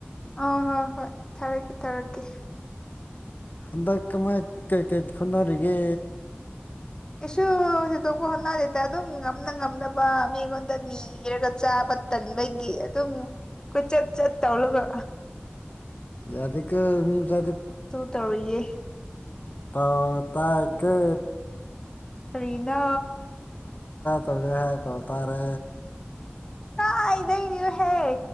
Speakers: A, on the left; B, on the left.
A: ꯑ ꯍꯣꯏ ꯍꯣꯏ ꯊꯥꯔꯛꯀꯦ ꯊꯥꯔꯛꯀꯦ
B: ꯍꯟꯗꯛ ꯃꯥꯏ ꯀꯩꯀꯩ ꯈꯨꯅꯔꯤꯒꯦ
A: ꯁ ꯁꯤꯗꯣꯛꯄ ꯍꯣꯠꯅꯁꯤꯇ ꯑꯗꯨꯝ ꯉꯝꯅ ꯉꯝꯅꯕ ꯃꯤꯉꯣꯟꯗꯅꯤꯔꯒ ꯆꯥꯕ ꯇꯟꯕꯒꯤ ꯑꯗꯨꯝ ꯀꯣꯏꯆꯠ ꯆꯠ ꯇꯧꯔꯒ
B: ꯌꯥ ꯑꯗꯨ ꯀꯁꯗꯦ
A: ꯇꯧꯔꯌꯦ
B: ꯇꯥꯎ ꯇ ꯏ
A: ꯀꯔꯤꯅꯥ
B: ꯇꯧꯅ ꯍꯥꯏ ꯄꯥꯎꯇꯥꯥꯔꯦ
A: ꯀꯥꯏꯗꯣꯏꯅꯤꯣꯍꯦ